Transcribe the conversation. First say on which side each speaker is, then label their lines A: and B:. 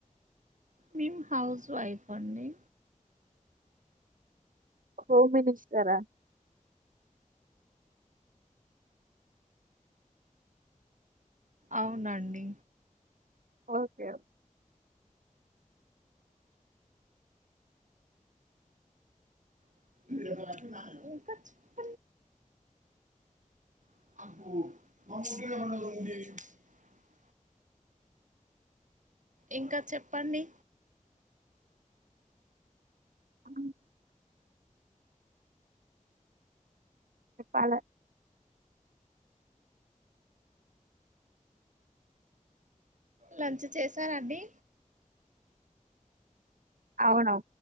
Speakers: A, on the right; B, on the right.
A: మేము హౌస్ వైఫ్ అండి
B: హోమ్ మినిస్టర
A: అవునండి
B: ఓకే ఓకే
A: చ
B: ఓకే
A: అకుంది ఇంకా చెప్పండి
B: అ చెప్పాల
A: లంచ్ చేశారంండి
B: అవునవు